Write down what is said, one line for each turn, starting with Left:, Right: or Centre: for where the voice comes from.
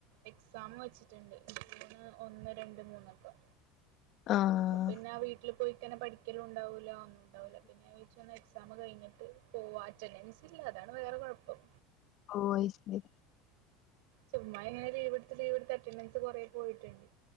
Right: എക്സാം വെച്ച് ട്ടുണ്ട്. ജൂൺ ഒന്ന്, രണ്ട്, മൂന്നൊക്കെ
Left: ആഹ്
Right: അപ്പൊ പിന്നെ വീ വീട്ടിൽ പോയിക്കഴിഞ്ഞ പഠിക്കലും ഉണ്ടാവൂല്ല. ഒന്നും ഉണ്ടാവൂല്ല. അപ്പ ഞാൻ വേച്ചു എക്സാം കഴിഞ്ഞിട്ട് പോവാ. അറ്റൻഡൻസ് ഇല്ല അതാണ് വേറെ കുഴപ്പം.
Left: ഓഹ് അയ്ശരി
Right: ചുമ്മാ ഇങ്ങനെ ലീവെടുത്ത് ലീവ് എടുത്ത് അറ്റൻഡൻസ് കുറേ പോയിട്ടുണ്ട്.